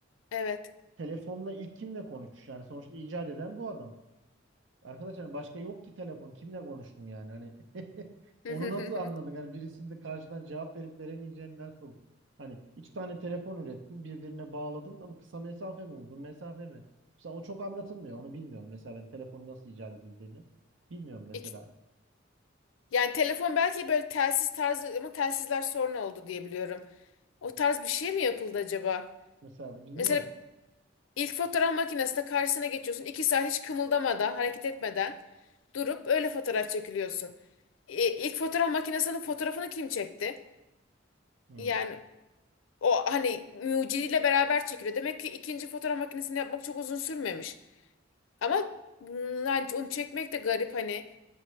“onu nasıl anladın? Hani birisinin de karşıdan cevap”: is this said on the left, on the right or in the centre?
Right